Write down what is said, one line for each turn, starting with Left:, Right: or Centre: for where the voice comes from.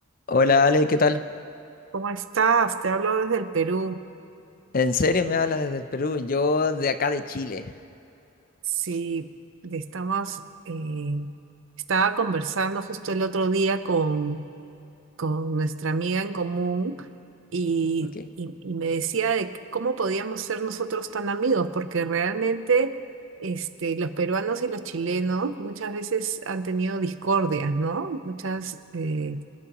Left: Hola Ale, ¿qué tal?
Right: ¿Cómo estás? Te hablo desde el Perú.
Left: ¿En serio me hablas desde el Perú? Yo de acá de Chile.
Right: Sí, estamos, eh, estaba conversando justo el otro día con, con nuestra amiga en común y,
Left: Ok,
Right: y- y me decía de que cómo podíamos ser nosotros tan amigos, porque realmente este, los peruanos y los chilenos muchas veces han tenido discordias, ¿no? Muchas, eh,